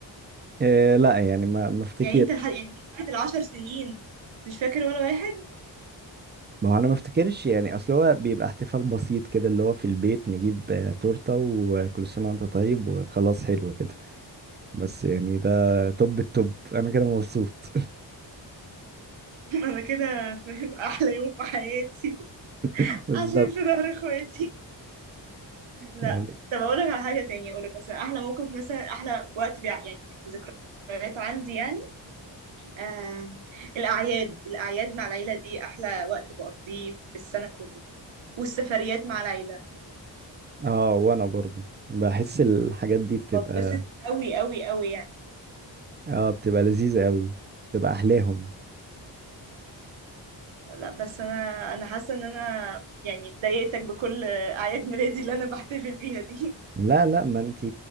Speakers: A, on the right; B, on the right.
A: إيه لا يعني ما ما افتكرش
B: يعني انت لحد يعني من ساعه العشر سنين مش فاكر ولا واحد
A: ما هو انا ما افتكرش يعني اصل هو بيبقى احتفال بسيط كده اللي هو في البيت نجيب آه، تورته وكل سنه وانت طيب وخلاص حلو كده بس يعني ده توب التوب انا كده مبسوط
B: <laughs> انا كده فاهم، احلى يوم في حياتي
A: <laughs> بالظبط
B: عشان في ظهر اخواتي لا
A: يعني
B: طب اقول لك على حاجه تانية اقول لك مثلا احلى موقف مثلا احلى وقت بيع يعني ذكريات عندي يعني آه الاعياد الاعياد مع العيله دي احلى وقت بقضيه في السنه كله والسفريات مع العيله
A: اه وانا برضو بحس الحاجات دي بتبقى
B: بتبسط قوي قوي قوي يعني
A: اه بتبقى لذيذه قوي بتبقى احلاهم
B: لا بس انا انا حاسه ان انا يعني مضايقتك بكل اعياد ميلادي اللي انا بحتفل بيها دي
A: لا لا ما انتي